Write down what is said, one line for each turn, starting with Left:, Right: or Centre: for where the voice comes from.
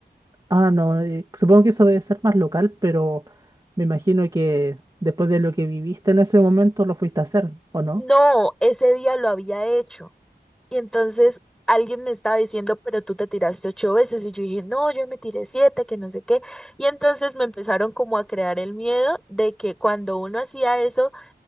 Right: Ah, no. eh, supongo que eso debe ser más local, pero me imagino que después de lo que viviste en ese momento lo fuiste a hacer, ¿o no?
Centre: No, ese día lo había hecho. Y entonces alguien me estaba diciendo, pero tú te tiraste ocho veces. Y yo dije, no, yo me tiré siete, que no sé qué. Y entonces me empezaron como a crear el miedo de que cuando uno hacía eso,